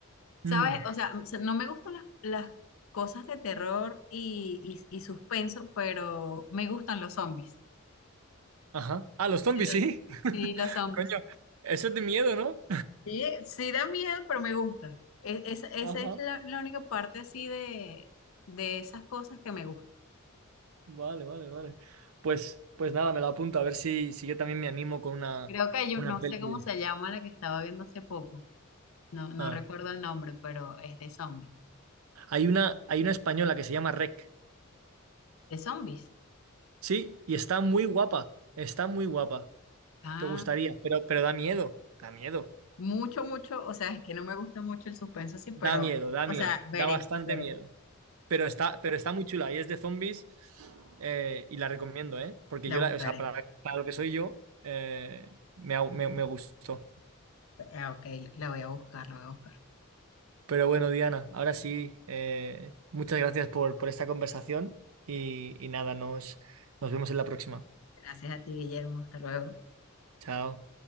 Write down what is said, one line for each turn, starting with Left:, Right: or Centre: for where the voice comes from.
Left: ¿Sabes?
Right: Mm,
Left: O sea, m- se- no me gustan las, las cosas de terror y, y, y suspenso, pero me gustan los zombies.
Right: ajá. Ah, los zombies,
Left: Entonces,
Right: sí. <laughs>
Left: sí, los zombies.
Right: Coño, eso es de miedo, ¿no?
Left: Sí, sí da miedo, pero me gusta. E- esa esa
Right: Ajá,
Left: es la, la única parte así de, de esas cosas que me gustan.
Right: vale, vale, vale. Pues, pues nada, me lo apunto a ver si, si yo también me animo con una,
Left: Creo que hay
Right: una
Left: un- no
Right: peli.
Left: sé
Right: de-
Left: cómo se llama la que estaba viendo hace poco. No, no
Right: Ah.
Left: recuerdo el nombre, pero es de zombies.
Right: Hay una, hay una española que se llama Rec,
Left: ¿De zombies?
Right: sí, y está muy guapa, está muy guapa.
Left: Ah,
Right: Te gustaría, pero, pero da miedo, da miedo,
Left: mucho, mucho. O sea, es que no me gusta mucho el suspenso así,
Right: da
Left: pero,
Right: miedo, da
Left: o
Right: miedo,
Left: sea, veré,
Right: da bastante
Left: veré.
Right: miedo. Pero está, pero está muy chula y es de zombies eh, y la recomiendo, ¿eh? Porque
Left: La
Right: yo,
Left: buscaré.
Right: la, o sea, para, para lo que soy yo, eh, me, ha- me, me gustó.
Left: Ah, ok, la voy a buscar, la voy a buscar.
Right: Pero bueno, Diana, ahora sí, eh, muchas gracias por, por esta conversación y, y nada, nos, nos vemos en la próxima.
Left: Gracias a ti, Guillermo. Hasta luego.
Right: Chao.